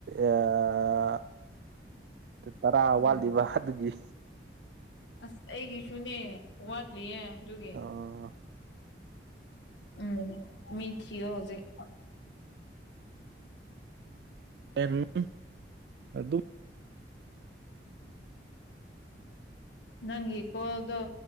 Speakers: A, on the right; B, on the left.
A: ꯑꯥ ꯇꯔꯥ
B: ꯎꯝ
A: ꯋꯥꯠꯂꯤꯕ ꯑꯗꯨꯒꯤ
B: ꯑꯁ ꯑꯩꯒꯤꯁꯨꯅꯦ ꯋꯥꯠꯂꯤꯌꯦ ꯑꯗꯨꯒꯤ
A: ꯑ
B: ꯎꯝ ꯃꯤ ꯊꯤꯌꯣ ꯍꯧꯖꯤꯛ
A: ꯍꯣꯔꯦꯟ ꯑꯗꯨꯝ
B: ꯅꯪꯒꯤ ꯀꯣꯜꯗꯣ